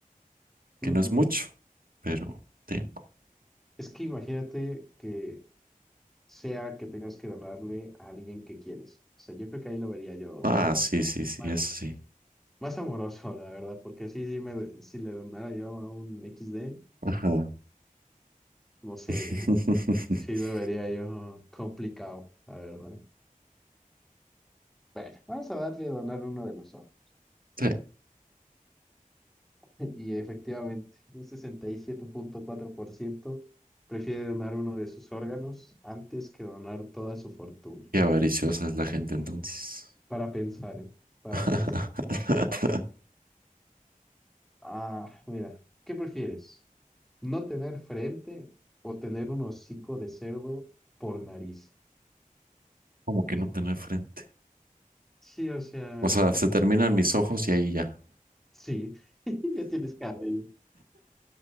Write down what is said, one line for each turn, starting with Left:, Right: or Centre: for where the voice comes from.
Right: Que
Centre: mm,
Right: no es mucho, pero tengo.
Centre: es que imagínate que sea que tengas que donarle a alguien que quieres. O sea, yo creo que ahí lo vería yo
Right: Ah,
Centre: más,
Right: sí, sí, sí,
Centre: más,
Right: eso sí.
Centre: más amoroso, la verdad, porque sí, sí me, si le donara yo a un XD,
Right: Ajá.
Centre: no sé,
Right: <laughs>
Centre: ¿eh? Sí lo vería yo complicado, la verdad. Bueno, vamos a darle a donar uno de nosotros.
Right: Sí,
Centre: Y efectivamente, un sesenta y siete punto cuatro por ciento prefiere donar uno de sus órganos antes que donar toda su fortuna.
Right: qué avariciosa es la gente entonces.
Centre: Para pensar, ¿eh? Para
Right: <laughs>
Centre: pensar. Ah, mira, ¿qué prefieres? ¿No tener frente o tener un hocico de cerdo por nariz?
Right: Como que no tener frente.
Centre: Sí, o sea,
Right: O sea, se terminan mis ojos y ahí ya.
Centre: sí, <laughs> ya tienes cabello.